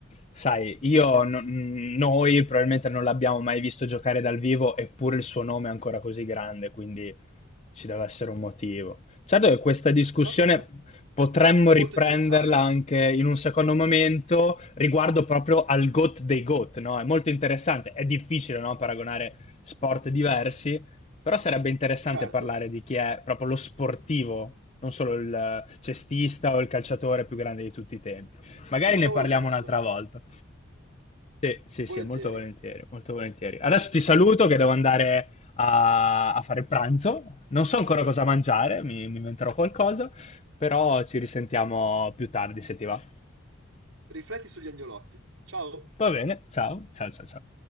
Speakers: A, on the left; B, on the right.
A: sai, io, no- mh, noi probabilmente non l'abbiamo mai visto giocare dal vivo, eppure il suo nome è ancora così grande, quindi Ci deve essere un motivo. Certo che questa discussione
B: va bene,
A: potremmo
B: molto
A: riprenderla
B: interessante.
A: anche in un secondo momento riguardo proprio al GOAT dei GOAT, no? È molto interessante, è difficile, no, paragonare sport diversi, però sarebbe interessante
B: Certo,
A: parlare di chi è proprio lo sportivo, non solo il cestista o il calciatore più grande di tutti i tempi. Magari
B: facciamolo
A: ne parliamo
B: presto,
A: un'altra volta. Sì, sì,
B: volentieri.
A: sì, molto volentieri, molto volentieri. Adesso ti saluto che devo andare a, a fare il pranzo. Non so ancora cosa mangiare, mi, mi inventerò qualcosa, però ci risentiamo più tardi se ti va.
B: Rifletti sugli agnolotti. Ciao!
A: Va bene, ciao, ciao, ciao, ciao.